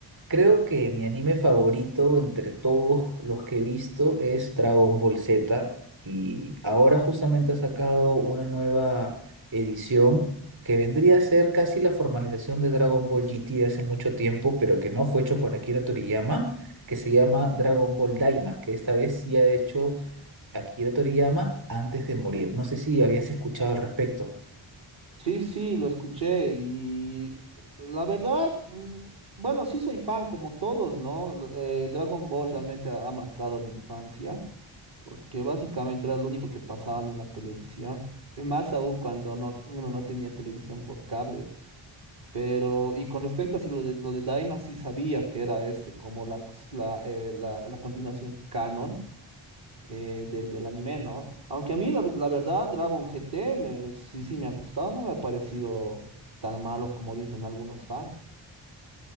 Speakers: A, on the right; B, on the right.
A: Creo que mi anime favorito entre todos los que he visto es Dragon Ball Z y ahora justamente ha sacado una nueva edición que vendría a ser casi la formalización de Dragon Ball GT de hace mucho tiempo, pero que no fue hecho por Akira Toriyama, que se llama Dragon Ball Daima, que esta vez sí ha hecho Akira Toriyama antes de morir. No sé si habías escuchado al respecto.
B: Sí, sí, lo escuché y la verdad, mm, bueno, sí soy fan como todos, ¿no? L- eh, Dragon Ball realmente ha, ha marcado mi infancia porque básicamente era lo único que pasaban en la televisión, y más aún cuando no, uno no tenía televisión por cable. Pero, y con respecto a si lo de, lo de Daima, sí sabía que era este, como la, la, eh, la la continuación canon eh, del, del anime, ¿no? Aunque a mí, la, la verdad, Dragon GT me- sí, sí me ha gustado, no me ha parecido tan malo como dicen algunos fans.